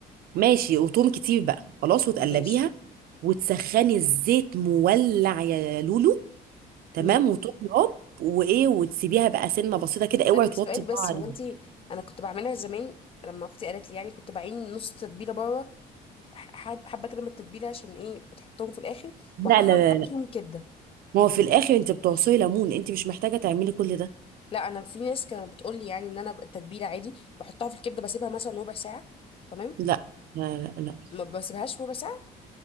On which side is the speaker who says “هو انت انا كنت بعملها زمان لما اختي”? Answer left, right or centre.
Left